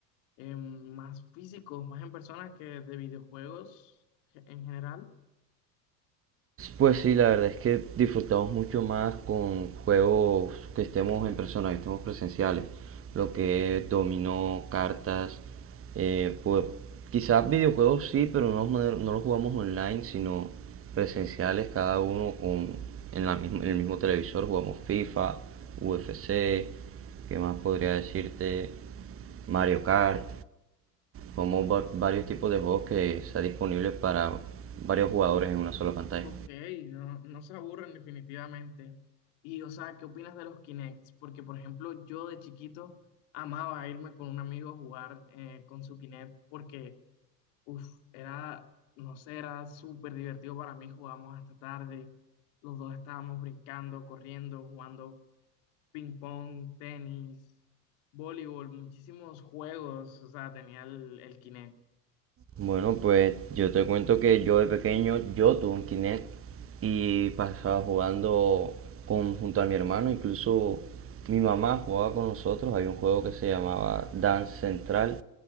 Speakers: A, on the left (about 60°); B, on the right (about 30°).
A: em, más físicos, más en personas que de videojuegos ge- en general.
B: Pues sí, la verdad es que disfrutamos mucho más con juegos que estemos en persona, que estemos presenciales, lo que es dominó, cartas, eh, pues quizás videojuegos sí, pero no, no no los jugamos online, sino presenciales, cada uno con, en, la misma- en el mismo televisor, jugamos FIFA, UFC, ¿qué más podría decirte? Mario Kart, como varios tipos de juegos que está disponibles para varios jugadores en una sola pantalla.
A: Ok, no, no se aburren definitivamente. Y, o sea, ¿qué opinas de los Kinects? Porque, por ejemplo, yo de chiquito amaba irme con un amigo a jugar eh, con su Kinect porque, uff, era, no sé, era súper divertido para mí. Jugábamos hasta tarde, los dos estábamos brincando, corriendo, jugando ping pong, tenis, voleibol, muchísimos juegos, o sea, tenía el, el Kinect.
B: Bueno, pues yo te cuento que yo de pequeño, yo tuve un Kinect y pasaba jugando con, junto a mi hermano, incluso mi mamá jugaba con nosotros, había un juego que se llamaba Dance Central,